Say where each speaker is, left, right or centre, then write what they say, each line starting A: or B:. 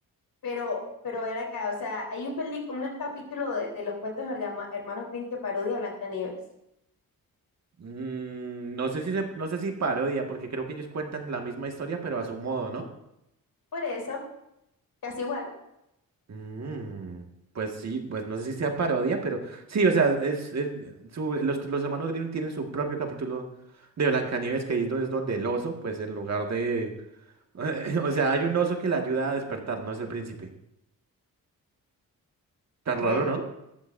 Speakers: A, on the left (about 75°); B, on the right (about 45°).
A: Pero, pero ven acá, o sea, hay un, peli- un capítulo de, de los cuentos de los hergama- hermanos Grimm que parodia a Nieves,
B: Mm, no sé si se- no sé si parodia, porque creo que ellos cuentan la misma historia, pero a su modo, ¿no?
A: Por eso, casi igual.
B: Mm, pues sí, pues no sé si sea parodia, pero sí, o sea, es, es su- los, los hermanos Grimm tienen su propio capítulo de Blancanieves, que ahí es do- es donde el oso, pues en lugar de... <laughs> O sea, hay un oso que la ayuda a despertar, no es el príncipe. Tan
A: Bueno,
B: raro, ¿no?